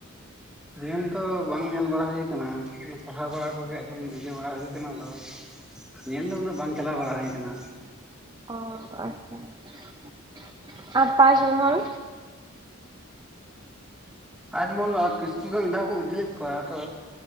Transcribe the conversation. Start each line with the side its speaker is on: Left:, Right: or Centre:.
Centre: ᱧᱮᱞ ᱫᱚ ᱵᱟᱝ ᱧᱮᱞ ᱵᱟᱲᱟ ᱦᱩᱭᱩ ᱟᱠᱟᱱᱟ ᱚᱱᱮ ᱯᱟᱲᱦᱟᱣ ᱵᱟᱲᱟ ᱠᱚᱜᱮ ᱮᱢ ᱤᱭᱟᱹ ᱵᱟᱲᱟ ᱦᱩᱭ ᱟᱠᱟᱱᱟ ᱟᱫᱚ ᱧᱮᱞ ᱫᱚ ᱩᱱᱟᱹᱜ ᱵᱟᱝ ᱪᱟᱞᱟᱣ ᱵᱟᱲᱟ ᱦᱩᱭᱩ ᱟᱠᱟᱱᱟ
Right: ᱚ ᱟᱪᱪᱷᱟ <unintelligible> ᱟᱨ ᱛᱟᱡᱢᱚᱦᱚᱞ
Centre: ᱟᱡᱢᱚᱱᱚᱜ-ᱟ ᱠᱤᱥᱛᱤ ᱠᱷᱚᱱ ᱢᱤᱫᱷᱟ ᱠᱚ ᱤᱫᱤᱭᱮᱫ ᱠᱚᱣᱟ ᱛᱚ